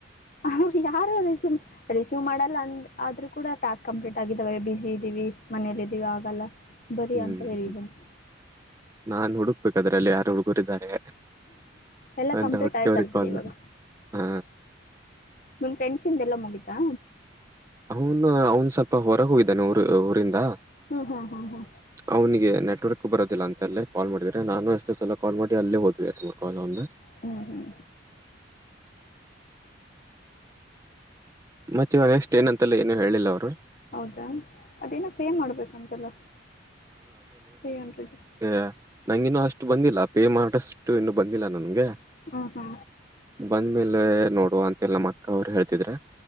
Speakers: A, on the left; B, on the right.
A: ಅವ್ರ ಯಾರು ರಿಸೀವ್ ರಿಸೀವ್ ಮಾಡಲ್ಲ ಅಂದ ಆದ್ರೂ ಕೂಡ ಟಾಸ್ಕ್ ಕಂಪ್ಲೀಟ್ ಆಗಿದ್ದಾವೆ ಬಿಸಿ ಇದ್ದೀವಿ ಮನೇಲ್ಲ ಇದೀವಿ ಆಗಲ್ಲ. ಬರೀ
B: ಹ್ಮ್
A: ಅಂತವೇ
B: ಹ್ಮ್
A: ರೀಸನ್ಸ್
B: ನಾನ್ ಹುಡುಕ್ಬೇಕದ್ರಲ್ಲಿ ಯಾರು ಹುಡುಗರಾರೆ
A: ಎಲ್ಲ
B: ಅಂತ
A: ಕಂಪ್ಲೀಟ್
B: ಓಕೆ
A: ಆಯ್ತಲ್ಲ
B: ಅವ್ರ ಕಾಲ್
A: ಬಿಡಿ ಇವಾಗ
B: ಮಾಡಿ ಹಾ
A: ನಮ್ ಫ್ರೆಂಡ್ಸ ಇಂದ ಎಲ್ಲ ಮುಗಿತಾ
B: ಅವನು ಅವನು ಸ್ವಲ್ಪ ಹೊರ ಹೂಗಿದ್ದಾನೆ ಊರು ಊರಿಂದ
A: ಹಾ ಹಾ ಹಾ ಹಾ
B: ಅವ್ನಿಗೆ ನೆಟ್ವರ್ಕ್ ಬರೋದಿಲ್ಲ ಅಂತ ಅಲ್ಲೇ ಕಾಲ್ ಮಾಡಿದ್ರೆ ನಾನು ಎಷ್ಟೋ ಸಲ ಕಾಲ್ ಮಾಡಿ ಅಲ್ಲೇೋದ್ವಿ ಕಾಲ್ ಅವಂದು
A: ಹ್ಮ್ ಹ್ಮ್
B: ಮತ್ತೆ ಇವ ನ ಎಸ್ಟ್ ಏನಂತ ಏನು ಹೇಳಿಲ್ಲ ಅವ್ರು
A: ಹೌದಾ ಅದೇನೋ ಪೇ ಮಾಡಬೇಕಂತಲ್ಲ ತ್ರೀ ಹಂಡ್ರೆಡ್
B: ಅ ನಂಗಿನ್ನುೂ ಅಷ್ಟು ಬಂದಿಲ್ಲ ಪೇ ಮಾಡಷ್ಟು ಇನ್ನು ಬಂದಿಲ್ಲ ನನ್ಗೆ
A: ಹ ಹಾ
B: ಬಂದ ಮೇಲೆ ನೋಡು ಅಂತೇಳಿ ನಮ್ಮ ಅಕ್ಕ ಅವರು ಹೇಳ್ತಿದ್ರೆ